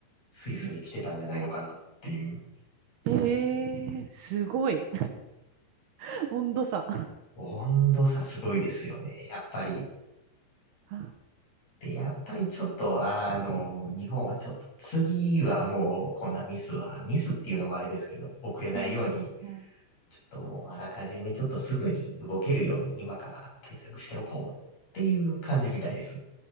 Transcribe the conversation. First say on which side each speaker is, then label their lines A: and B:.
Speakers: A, on the left; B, on the right.
A: スイスに来てたんじゃないのかなっていう、
B: うんええ、すごい。<laughs> 温度差。
A: 温度差すごいですよね、やっぱり。
B: あ
A: で、やっぱりちょっと、あの、
B: ー
A: 日本はちょっと次はもうこんなミスは、ミスっていうのもあれですけど、遅れないように、
B: うんうんうんうん。
A: ちょっともうあらかじめちょっとすぐに動けるように今から対策しておこうっていう感じみたいです。